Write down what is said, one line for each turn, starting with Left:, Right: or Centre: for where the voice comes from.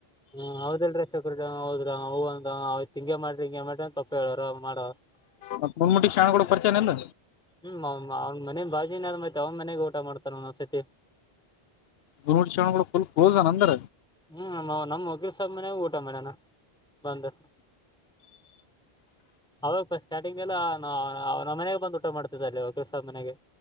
Centre: ಹ್ಮ ಹೌದಲ್ ಹೌದ್ರ ಹೂಂದ ಆ್ತ ಹಿಂಗೆ ಮಾಡ್ರಿಂಗ ಮಾಡ್ರ ತಪ್ಪ ಹೇಳೋ ಮಾಡ
Left: ಮತ್ ಮುನ್ಮುಟಿ ಶಾಣಗೋಡ ಪರಿಚಯನ ಇಲ್ಲ
Centre: ಹ್ಮ ಮನೆ ಬಾಜಿನಾದ್ತ್ ಅವ ಮನೆಗ್ ಊಟ ಮಾಡತಾರ ಒಂದೊಂದ್ಸತಿ
Left: ಫುಲ್ ಕ್ಲೋಸ್ನ್ ಅಂದ್ರ
Centre: ಹ್ಮ್ ನಮ್ ವಕೀಲ್ ಊಟ ಮೇಡಾನ ಬಂದು ಅವಾಗ ಸ್ಟಾರ್ಟಿಂಗ್ ಹಗೆಲ್ಲಾ ನಮನೆಗೆ ಬಂದು ಊಟ ಮಾಡ್ತಿದಿದ್ದಲ್ಲಿ ಕೆಲ್ಸ ಮನೆಗೆ